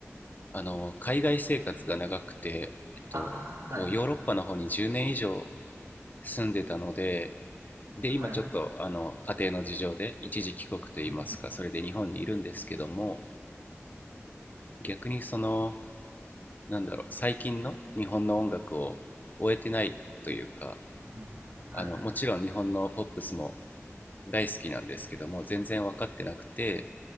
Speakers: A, on the left (about 40°); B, on the right (about 90°).
A: あの、海外生活が長くて、えっと、
B: ああ、
A: こう、
B: はい。
A: ヨーロッパの方に10年以上住んでたので、で、今ちょっと、
B: はい。
A: あの、家庭の事情で一時帰国といいますか、
B: うん、うん、
A: それで日本にいるんですけども、逆にその、なんだろう最近の日本の音楽を終えてないというか
B: うん。はい。
A: あのもちろん日本のポップスも大好きなんですけども全然分かってなくて